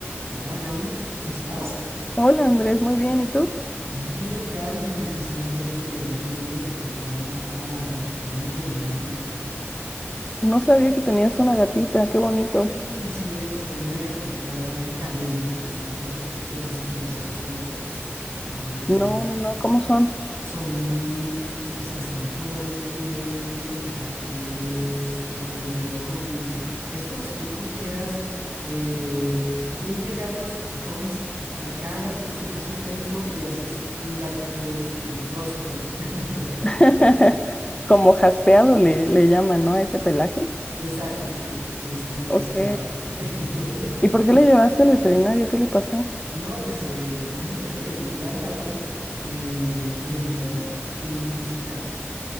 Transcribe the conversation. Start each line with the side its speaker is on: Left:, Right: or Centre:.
Right: Hola Gaby, ¿cómo estás?
Left: Hola Andrés, muy bien. ¿Y tú?
Right: Bien, Gaby, pues imagínate que el otro día me tocó llevarla a la gatica al veterinario.
Left: No sabía que tenías una gatita, qué bonito.
Right: Y sí, mira que tengo una gatita Carey, le dicen Carey. No sé si conoces esas gatitas, sí, son
Left: No, no, no, ¿cómo son?
Right: Son, es- o sea, son colores bien como cafés, negro, como que es, es como si tú cogieras eh, 20 gatos y coges a cada gato le sacas un pelito y haces un gatito con todos esos pelos. <laughs>
Left: <laughs> Como jaspeado le, le llaman, ¿no? A ese pelaje.
Right: Exacto, sí, es como jaspeado.
Left: Ok.
Right: sí. <laughs>
Left: ¿Y por qué le llevaste al veterinario? ¿Qué le pasó?
Right: No, pues eh, imagínate que la gata eh, le llegó un visitante.